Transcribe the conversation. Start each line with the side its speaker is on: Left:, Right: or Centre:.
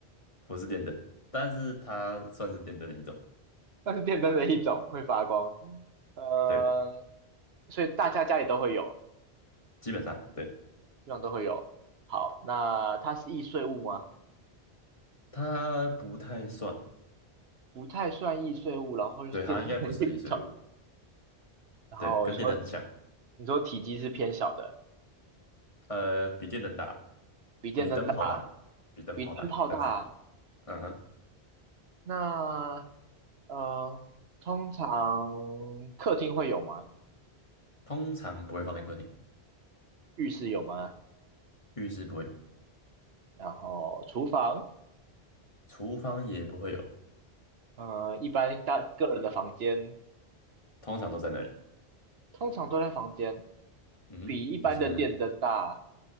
Left: 不是电灯，但是它算是电灯的一种，
Right: <laughs> 那是电灯的一种，会发光。呃，
Left: 对，
Right: 所以大家家里都会有，
Left: 基本上对。
Right: 基本上都会有。好，那它是易碎物吗？
Left: 它不太算，
Right: 不太算易碎物，然后又是电灯的一种。
Left: 对，它应该不是易碎物，
Right: 然后你说，
Left: 对，跟电灯很像，
Right: 你说体积是偏小的，
Left: 呃，比电灯大，
Right: 比电灯大。
Left: 比灯泡大，比灯泡大，
Right: 比灯泡大。
Left: 但是，嗯哼，
Right: 那呃，通常客厅会有吗？
Left: 通常不会放在客厅，
Right: 浴室有吗？
Left: 浴室不会有，
Right: 然后厨房，
Left: 厨房也不会有，
Right: 呃，一般大个人的房间，
Left: 通常都在那里，
Right: 通常都在房间，
Left: 嗯哼，
Right: 比一般的电灯大。
Left: 或是，